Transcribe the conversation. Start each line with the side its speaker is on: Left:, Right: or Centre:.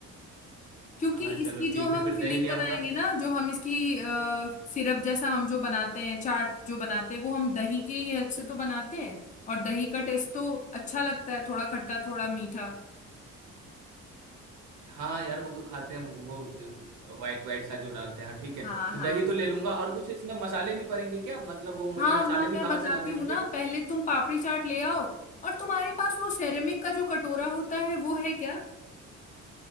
Left: क्योंकि
Right: हाँ चलो
Left: इसकी
Right: ठीक
Left: जो
Right: है
Left: हम
Right: फिर
Left: फिलिंग
Right: दही ले
Left: बनाएंगे
Right: आऊंगा
Left: ना जो हम इसकी आ, सिरप जैसा हम जो बनाते हैं चाट जो बनाते हैं वो हम दही के ही हेल्प से तो बनाते हैं और दही का टेस्ट तो अच्छा लगता है थोड़ा खट्टा थोड़ा मीठा
Right: हाँ यार वो तो खाते हैं वो वाइट वाइट सा जो डालते हैं हाँ ठीक है
Left: हाँ
Right: तो
Left: हाँ
Right: दही तो ले लूंगा और कुछ इसमें मसाले भी पड़ेंगे क्या मतलब वो मुझे
Left: हाँ
Right: मसाले
Left: हाँ मैं
Right: भी
Left: बताती
Right: बाहर से लाने
Left: हूँ
Right: होंगे
Left: ना पहले तुम पापड़ी चाट ले आओ और तुम्हारे पास वो सेरेमिक का जो कटोरा होता है वो है क्या